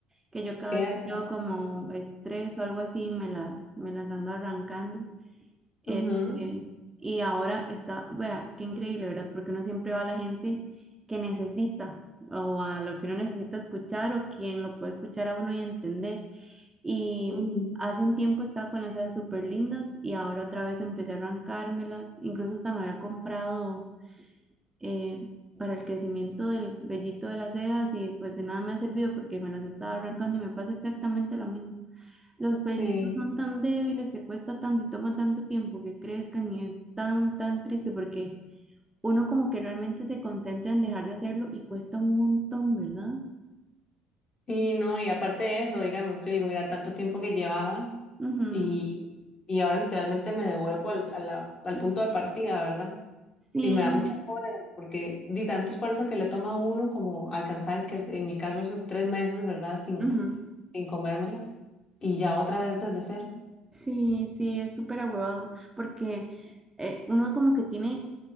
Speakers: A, on the right; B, on the left.
A: que yo
B: Cierto.
A: cada vez que tengo como estrés o algo así, me las, me las ando arrancando. Este,
B: Ujú,
A: y ahora está, vea, qué increíble, ¿verdad? Porque uno siempre va a la gente que necesita o a lo que uno necesita escuchar o quien lo puede escuchar a uno y entender. Y
B: ujú,
A: hace un tiempo estaba con las cejas súper lindas y ahora otra vez empecé a arrancármelas. Incluso hasta me había comprado eh, para el crecimiento del vellito de las cejas y pues de nada me ha servido porque me las estaba arrancando y me pasa exactamente lo mismo. Los bailitos
B: Sí,
A: son tan débiles que cuesta tanto y toma tanto tiempo que crezcan y es tan, tan triste porque uno como que realmente se concentra en dejar de hacerlo y cuesta un montón, ¿verdad?
B: sí, no, y aparte de eso, digamos, yo digo, mira, tanto tiempo que llevaba
A: Ujú.
B: y, y ahora literalmente me devuelvo al, a la- al
A: Mm.
B: punto de partida, ¿verdad?
A: Sí,
B: Y me da mucha cólera porque di tanto esfuerzo que le toma a uno como alcanzar, que en mi caso esos tres meses, ¿verdad? sin
A: ujú.
B: sin comérmelas y ya otra vez desde cero.
A: Sí, sí, es súper ahuevado porque eh, uno como que tiene,